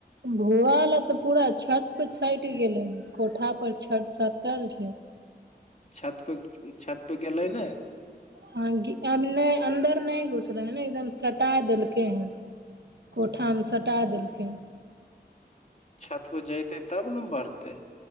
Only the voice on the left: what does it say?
छत छत पर गेलै नै
छत पर जयतेै तब नै बढ़तेै